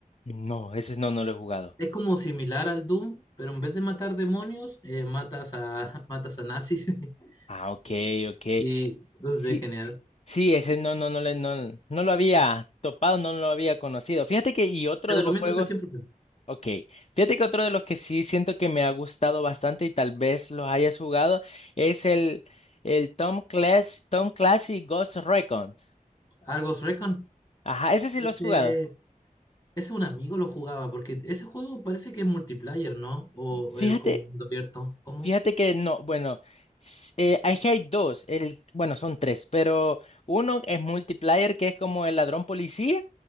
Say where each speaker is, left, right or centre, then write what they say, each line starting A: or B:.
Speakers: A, on the left; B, on the left.
A: No, ese no, no lo he jugado.
B: Es como similar al Doom, pero en vez de matar demonios, eh, matas a, <laughs> matas a nazis. <laughs>
A: Ah, ok, ok.
B: Sí, entonces
A: Sí,
B: es genial.
A: Sí, ese no, no, no, le- no, no lo había topado, no lo había conocido. Fíjate que, y otro
B: Te recomiendo
A: de los juegos,
B: ese 100%.
A: ok, fíjate que otro de los que sí siento que me ha gustado bastante y tal vez los hayas jugado es el, el Tom Clancy, Tom Clancy Ghost Recon.
B: Al Ghost Recon.
A: Ajá, ese sí
B: Ese,
A: lo has jugado.
B: ese un amigo lo jugaba, porque ese juego parece que es multiplayer, ¿no? O
A: Fíjate,
B: eh, como mundo abierto. ¿Cómo?
A: Fíjate que no, bueno, s- eh, es que hay dos, el, bueno, son tres, pero uno es multiplayer, que es como el ladrón policía,